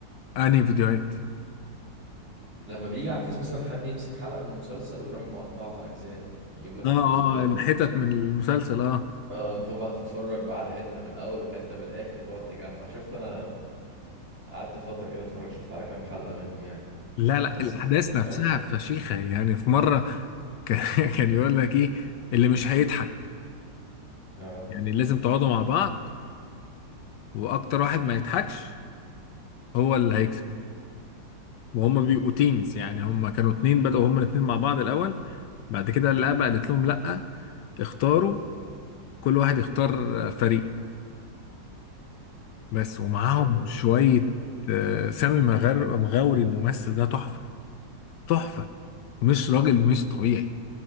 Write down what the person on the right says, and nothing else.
لما بيجي على الفيس مثلا حد يمسك حلقة من المسلسل ويروح مقطعها أجزاء يجيب لك
الجزء
ده
اه انت بقى تتفرج بقى على حتة من الأول وحتة من الآخر وتقعد تجمع شفت أنا قعدت فترة كده اتفرج شفت على كام حلقة منهم يعني
بس
أنا مش
قوي
اه
ولازم-